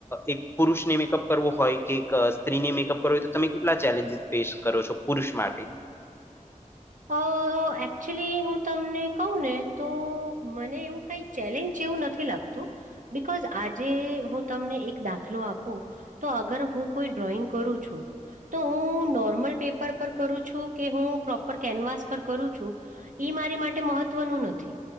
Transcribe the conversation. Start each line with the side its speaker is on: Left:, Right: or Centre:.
Left: એક પુરુષને મેકઅપ કરવો હોય કે એક સ્ત્રીને મેકઅપ તો તમે કેટલા ચેલેન્જીસ ફેસ કરો છો પુરુષ માટે?
Right: અ એકચુલી હું તમને કહ ને તો મને એવું કઈ ચેલેન્જ જેવું નથી લાગતું, બકોઝ આજે હું તમને એક દાખલો આપું. તો અગર હું કોઈ ડ્રોઈંગ કરું છું. તો હું નોર્મલ પેપર પર કરું છું કે હું પ્રો પર કેનવાસ પર કરું છું, ઈ મારી માટે મહત્વનું નથી.